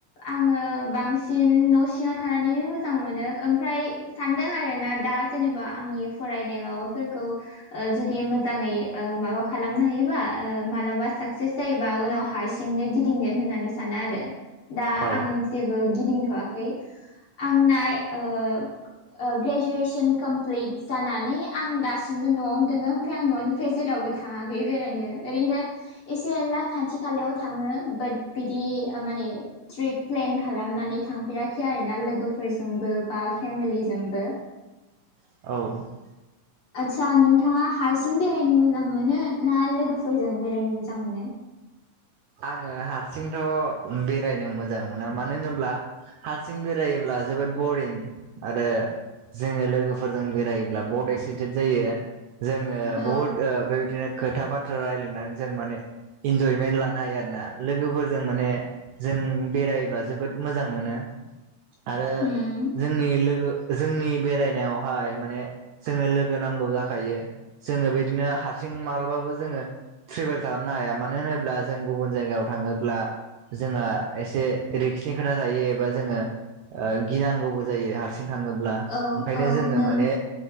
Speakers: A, on the left (about 50°); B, on the right (about 80°).
A: आङो बांसिन न' सिङाव थानानैनो मोजां मोनो ओमफ्राय सानदों आरोना दा जेनेबा आंनि फरायनाय माबाफोरखौ ओ जुदि मोजाङै ओ माबा खालामनो हायोबा ओ मालाबा साकसेस जायोबा उनाव हार्स नो गिदिंगोन होननानै सानो आरो दा
B: औ
A: आं जेबो गिदिंथ'वाखै आंना ओ ओ ग्रेजुवेसन कमप्लिट जानानै आं दासिमबो न'आवनो दङो ओमफ्राय आं न'निफ्राय जेरावबो थाङाखै बेरायनो ओरैनो एसे एनला खाथि खालायाव थाङो बाट बिदि माने ट्रिप प्लेन खालामनानै थांफेराखै आरोना लोगोफोरजोंबो बा फेमिलिजोंबो
B: औ
A: आदसा नोंथाङा हारसिं बेरायनो मोजां मोनो ना लोगोफोरजों बेरायनो मोजां मोनो?
B: आङो हारसिंथ' बेरायनो मोजां मोना मानो होनोब्ला हारसिं बेरायोब्ला जोबोद बरिं आरो जोङो लोगोफोरजों बेरायोब्ला बहुत एक्साइटेद जायो जों ओ
A: औ
B: बहुद बेबायदिनो खोथा बाथ्रा रायलायनानै जों मान इनजयमेन लानो नाय आरोना लोगोफोरजों माने जों बेरायब्ला जोबोद मोजां मोनो आरो
A: उम
B: जोंनि लोगो जोंनि बेरायनायावहाय माने जोंनो लोगो नांगौ जाखायो जोङो बिदिनो हारसिं माब्लाबाबो जोङो ट्रेभेल खालामनो हाया मानो होनोब्ला जों गुबुन जायगायाव थाङोब्ला जोंहा एसे रिक्सनि खोथा थायो एबा जोङो ओ गिनांगौबो जायो हारसिं थाङोब्ला
A: औ
B: ओंखायनो
A: औ
B: जोङो
A: नों
B: माने